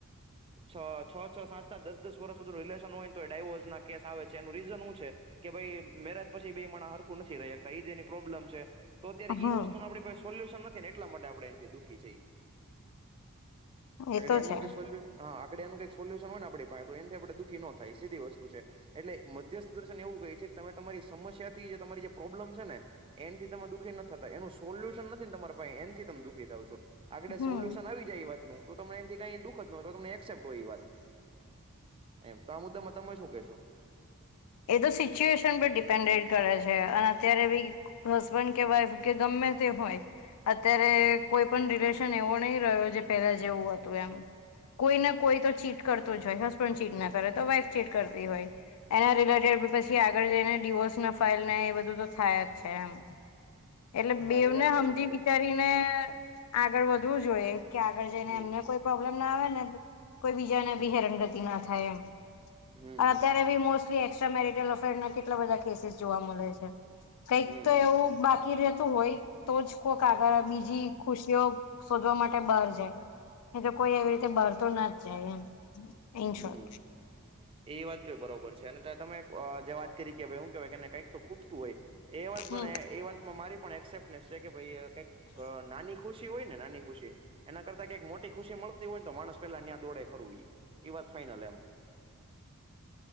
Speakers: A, on the right; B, on the left.
A: છ, છ-છ, સાત-સાત, દસ-દસ વર્ષ સુધીનુ રિલેશન હોય ન તોય ડાયવોર્સના કેસ આવે છે. એનુ રીઝન હુ છે કે ભાઈ મેરજ પછી બે માણા હરખું નથી રહી હકતા ઈજ એની પ્રોબ્લેમ છે. તો અત્યારે
B: હમ
A: ઈ વસ્તુ નુ આપણી પાહે સોલ્યુશન નથી ને એટલા માટે આપણે એનથી દુખી છય.
B: એ
A: આગળી
B: તો
A: એનુંય
B: છે
A: કાંય સોલ્યુન હા આગળ એનું કાંઈક સોલ્યુશન હોયને આપડી પાહે તો એનથી આપડે દુખી નો થાય સીધી વસ્તુ છે એટલે મધ્યસ્થ દર્શન એવું કેય છે કે તમે તમારી સમસ્યાથી જે તમારી જે પ્રોબ્લેમ છે ને એનથી તમે દુઃખી નથ થતા એનું સોલ્યુશન નથી ને તમારા પાહે એનથી તમે દુખી થાવ છો આગડે
B: હમ
A: સોલ્યુશન આવી જાય એ વાતનું તો તમને એનથી કાઈ દુઃખ જ ન હોય તો તમને એકસેપ્ટ હોય ઇ વાત એમ. તો આ મુદ્દામાં તમે શું કેશો?
B: એ તો સિચ્યુએશન પર ડિપેન્ડેડ કરે છે. અને અત્યારે બી હસબન્ડ કે વાઈફ કે ગમે તે હોય અત્યારે કોઈ પણ રિલેશન એવો નહી રહ્યો જે પેલા જેવું હતું એમ. કોઈ ના કોઈ તો ચીટ કરતો જ હોય હસબન્ડ ચીટ ના કરે તો વાઈફ ચીટ કરતી હોય. એના રિલેટેડ પછી આગળ જઈને ડીવોર્સના ફાઇલ ને એ બધું તો થાય જ છે એમ. એટલે
A: હા
B: બેવને
A: એ વાત પણ
B: હમજી
A: તમારી
B: વિચારીને આગળ વધવું જોએ. કે આગળ જઈને
A: હમ
B: એમને કોઈ પ્રોબ્લેમ ના આવે ને કોઈ બીજા ને બી હેરનગતિ ના થાય એમ.
A: હમ
B: આ અત્યારે બી મોસ્ટલી એસ્ટ્રામેરિટલ અફેરના કેટલા બધા કેસીસ જોવા મળે છે. કંઈક
A: હમ
B: તો
A: હમ
B: એવું બાકી રહેતું હોય તો જ કોક આગળ બીજી ખુશીઓ શોધવા માટે બહાર જાય નહી તો કોઈ એવી રીતે બહાર તો ના જ જાય એમ. ઇન
A: હમ્મ
B: શોર્ટ
A: એ વાતય તો બરોબર છે અને તમે જે વાત કરી કે ભાઇ એ હુ કેવાય કે એને કંઈક તો ખૂટતું હોય એ વાત
B: હમ.
A: પણ એ વાતમાં મારી પણ એકસેપ્ટ <unintelligible> કે ભાઈ કંઈક નાની ખુશી હોય ને નાની ખુશી એના કરતા કંઈક મોટી ખુશી મળતી હોય ને તો માણસ પેલા ન્યાં દોડે ખરું ઈ. એ વાત ફાઈનલ એમ.